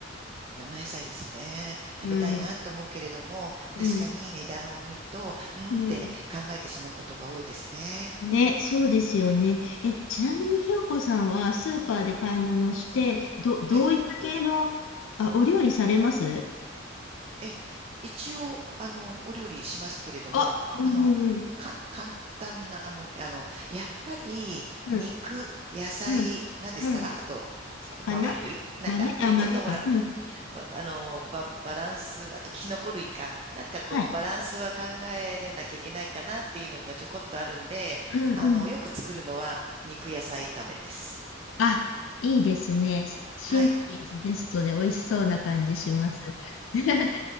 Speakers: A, on the right (about 30°); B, on the left (about 85°).
A: 生野菜ですね。食べたいなと思うけれども、
B: うん。
A: 確かに値段を見ると、
B: うん。
A: うーんって考えてしまうことが多いですね。
B: うん。ね、そうですよね。
A: はい。
B: え、ちなみにひよこさんはスーパーで買い物して、ど、どういった系の、
A: はい。
B: あ、お料理されます
A: え、一応、あの、お料理しますけれども、
B: あ、うんうん
A: あの、かん、簡単なもの、あの、やっぱり、
B: うん、
A: 肉、野菜、
B: うん、
A: 何ですかあと、
B: うん、うん。魚豆あ、
A: 豆類なんか、うん、
B: 豆か。
A: ちょっとほら、
B: うん。
A: うんば、あの、ば、バランス、あとキノコ類か。なんかこう、
B: はい。
A: バランスは考えなきゃいけないかなっていうのがちょこっとあるんで、
B: うんうん。
A: あの、よく作るのは肉野菜炒めです。
B: あ、いいですね。シンプルイズベストで美味しそうな感じします。
A: はい。
B: <laughs>
A: だ